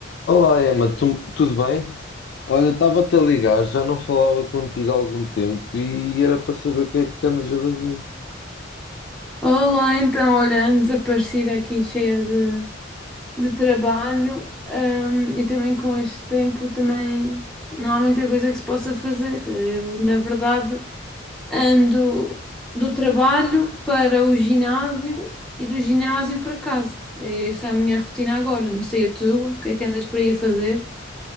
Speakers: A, on the left (about 60°); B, in the centre.
A: Olá, Emma, tu- tudo bem? Olha, estava-te a ligar, já não falava contigo há algum tempo e era para saber o que é que andas a fazer.
B: Olá, então, olha, desaparecida aqui, cheia de, de trabalho, hum, e também com este tempo também não há muita coisa que se possa fazer. Eu, na verdade, ando do trabalho para o ginásio e do ginásio para casa. Essa é a minha rotina agora, não sei a tua, o que é que andas para aí a fazer?